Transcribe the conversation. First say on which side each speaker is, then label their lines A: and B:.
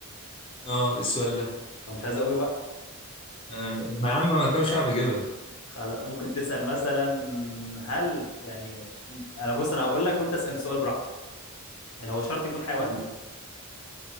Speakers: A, on the left (about 25°); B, on the left (about 80°).
A: اه إيه السؤال ده
B: أنا مش عايز أقوله بقى
A: أنا- ما يا عم ما كانش مش عارف اجيبها
B: خلاص ممكن تسأل مثلا هل يعني أنا بص أنا هقول لك وأنت اسأل السؤال براحتك يعني هو شرط يكون حيوان
A: طب